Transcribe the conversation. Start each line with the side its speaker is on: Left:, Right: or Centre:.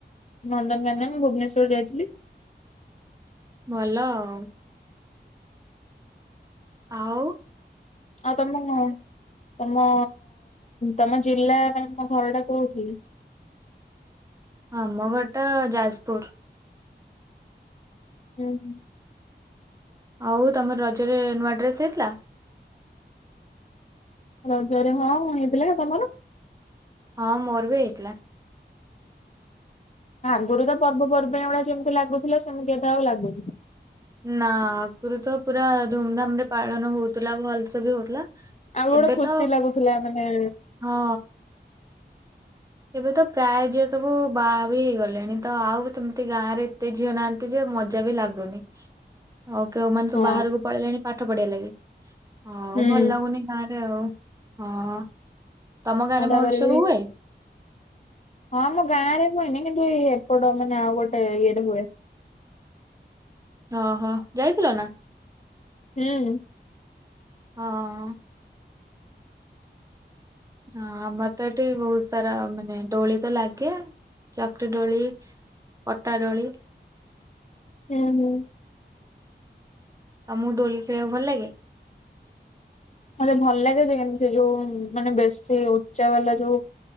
Left: ନନ୍ଦନକାନନ ଭୁବନେଶ୍ୱର ଯାଇଥିଲି।
Right: ଭଲ ଆଉ। ଆଉ?
Left: ଆଉ ତମ ତମ ତମ ଜିଲ୍ଲା ମାନେ ତମ ଘର ଟା କୋଉଠି?
Right: ଆମ ଘରଟା ଯାଜପୁର।
Left: ହୁଁ ହୁଁ।
Right: ହଉ ତମର ରଜରେ ନୂଆ ଡ୍ରେସ୍ ହେଇଥିଲା?
Left: ରଜରେ ହଁ ହେଇଥିଲା, ତମର?
Right: ହଁ ମୋର ବି ହେଇଥିଲା।
Left: ଆଗରୁ ତ ପର୍ବପର୍ବାଣି ଗୁଡା ଯେମିତି ଲାଗୁଥିଲା ସେମିତି ଏ ତ ଆଉ ଲାଗୁନି।
Right: ନା ଆଗରୁ ତ ପୁରା ଧୁମଧାମରେ ପାଳନ ହଉଥିଲା ଭଲ ସେ ବି ହଉଥିଲା
Left: ଆଉ ଗୋଟେ
Right: ଏବେ
Left: ଖୁସି
Right: ତ
Left: ଲାଗୁଥିଲା ମାନେ
Right: ହଁ ଏବେ ତ ପ୍ରାୟ ଝିଅ ସବୁ ବାହା ବି ହେଇଗଲେଣି ତ ଆଉ ସେମିତି ଗାଁରେ ଏତେ ଝିଅ ନାହା କିଛି ମଜା ବି ଲାଗୁନି। ଆଉ କେଉମାନେ ସବୁ
Left: ହଁ
Right: ବାହାରକୁ ପଳେଇଲେଣି ପାଠ ପଢିବାଲାଗି, ଆଉ
Left: ହୁଁ
Right: ଭଲ ଲାଗୁନି। ଗାଁ ରେ ଆଉ ହଁ ତମ ଗାଁରେ
Left: ଆଉ ତାପରେ
Right: ମହୋତ୍ସବ
Left: ବି
Right: ହୁଏ?
Left: ହଁ ଆମ ଗାଁ ରେ ହୁଏନି କିନ୍ତୁ ଏପଟ ମାନେ ଆଉ ଗୋଟେ ଇଏରେ ହୁଏ।
Right: ଅ ହଁ ଯାଇଥିଲ ନା?
Left: ହୁଁ।
Right: ହଁ। ହଁ ଆମର ତ ଏଠି ବହୁତ ସାରା ମାନେ ଦୋଳି ତ ଲାଗେ ଚକରି ଦୋଳି ପଟାଡୋଳି-
Left: ହୁଁ ହୁଁ।
Right: ତମକୁ ଦୋଳି ଖେଳିବାକୁ ଭଲ ଲାଗେ?
Left: ମତେ ଭଲ ଲାଗେ ଯେ କିମତି ସେ ଯୋଉ ମାନେ ବେଶୀ ଉଚ୍ଚା ବାଲା ଯୋଉ